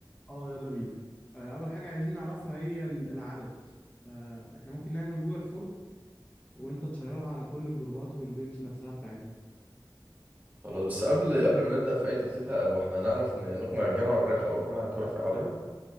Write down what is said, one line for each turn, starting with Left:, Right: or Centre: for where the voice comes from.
Left: أه يلا بينا آه أول حاجة عايزين نعرفها هي ال- العدد فإحنا ممكن نعمل جوجل فورم وأنت تشيرها على كل الجروبات والبيج نفسها بتاعتنا
Right: خلاص بس قبل قبل ما نبدا في اي تخطيط او احنا هنعرف ن- نقنع الجامعه بالرحله او الجامعه هتوافق عليها